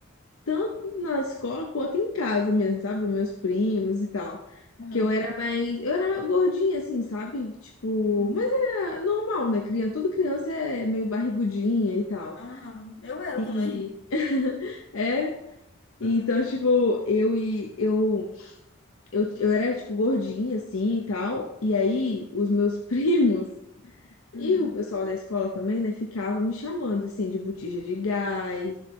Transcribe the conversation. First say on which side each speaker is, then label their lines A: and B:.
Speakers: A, on the left; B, on the left.
A: tanto na escola quanto em casa mesmo, sabe? Dos meus primos e tal.
B: Aham,
A: Que eu era mais. Eu era mais gordinha, assim, sabe? Tipo.
B: uhum,
A: Mas era normal, né? Criança, toda criança é meio barrigudinha e tal.
B: aham. Eu era
A: E.
B: também.
A: É. Então,
B: Aham,
A: tipo, eu e eu eu, eu era, tipo, gordinha, assim, e tal. E aí, os meus <laughs> primos
B: hum.
A: e o pessoal da escola também, né, ficavam me chamando, assim, de botija de gás.